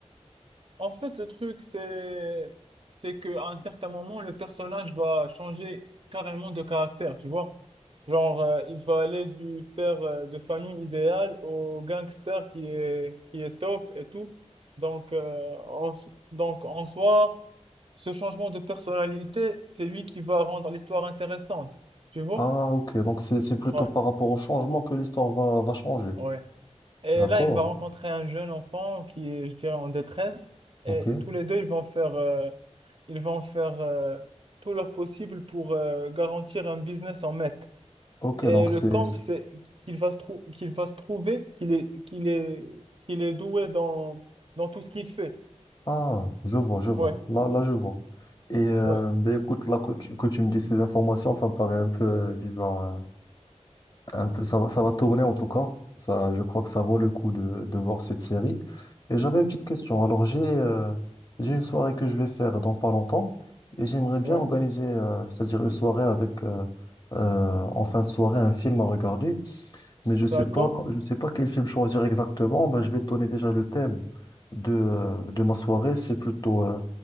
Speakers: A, on the right; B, on the left.
A: En fait, le truc, c'est, c'est qu'à un certain moment, le personnage va changer carrément de caractère, tu vois. Genre, euh, il faut aller du père euh, de famille idéal au gangster qui est, qui est top et tout. Donc, euh, en, s- donc, en soi, ce changement de personnalité, c'est lui qui va rendre l'histoire intéressante. Tu vois?
B: Ah, ok, donc c'est, c'est plutôt
A: Ouais,
B: par rapport au changement que l'histoire va, va changer.
A: ouais. Et
B: D'accord,
A: là, il va rencontrer un jeune enfant qui est, je dirais, en détresse.
B: ok.
A: Et tous les deux, ils vont faire, euh, ils vont faire euh, tout leur possible pour euh, garantir un business en maître.
B: Ok,
A: Et
B: donc
A: le
B: c'est...
A: camp,
B: c'est-
A: c'est qu'il va se trou- qu'il va se trouver qu'il est, qu'il est, qu'il est doué dans, dans tout ce qu'il fait.
B: Ah, je vois, je vois.
A: Ouais,
B: Là, là, je vois. Et euh,
A: ouais,
B: ben écoute, là que tu, que tu me dis ces informations, ça me paraît un peu, euh, disons, euh, un peu, ça va, ça va tourner en tout cas. Ça, je crois que ça vaut le coup de, de voir cette série. Et j'avais une petite question. Alors, j'ai euh, j'ai une soirée que je vais faire dans pas longtemps et j'aimerais bien
A: ouais,
B: organiser, euh, c'est-à-dire une soirée avec, euh, euh, en fin de soirée, un film à regarder. Mais je sais
A: d'accord,
B: pas, je sais pas quel film choisir exactement. Ben, je vais te donner déjà le thème de, euh, de ma soirée. C'est plutôt euh,